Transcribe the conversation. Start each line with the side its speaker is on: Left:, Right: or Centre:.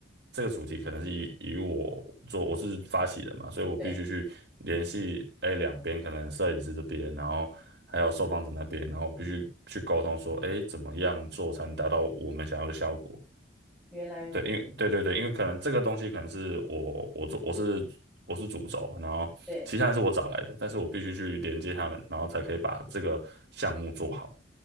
Right: 这个主题，可能是以以我做我是发起人嘛，所以我必须去联系哎两边，
Centre: 对，
Right: 可能摄影师这边，然后还有受访者那边，然后我必须去沟通说，哎，怎么样做才能达到我们想要的效果？
Centre: 原来如此，
Right: 对，因为对对对，因为可能这个东西可能是我我做我是我是主轴，然后其他人是我找来的，
Centre: 对。
Right: 但是我必须去连接他们，然后才可以把这个项目做好。